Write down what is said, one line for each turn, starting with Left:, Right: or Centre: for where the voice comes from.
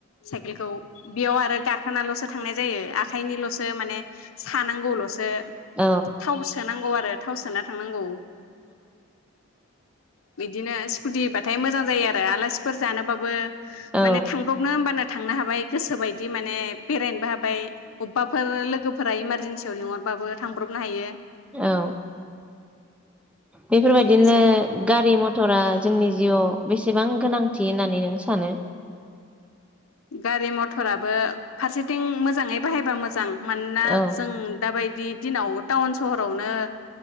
Left: साइकेलखौ बेयाव आरो गाखोनालसो थांनाय जायो आखाइनिलसो माने सानांगौलसो
Centre: औ
Left: थाव सोनांगौ आरो थाव सोना थांनांगौ <inaudible> बिदिनो स्कु कुतिबाथाय मोजां जायो आरो आलासिफोर जानोबाबो
Centre: औ
Left: माने थांब्रबनो होनबानो थांनो हाबाय गोसोबायदि माने बेरायनोबो हाबाय अबेबाफोर लोगोफोरा इमारजे जेन्सियाव लिंहरबाबो थांब्रबनो हायो।
Centre: औ बेफोरबायदिनो
Left: बेनोसै
Centre: गारि मथरा जोंनि जिउआव बेसेबां गोनांथि होननानै नों सानो?
Left: गारि मथराबो फारसेथिं मोजांङै बाहायबा मोजां मानोना
Centre: औ
Left: जों दाबायदि दिनाव टाउन सहरावनो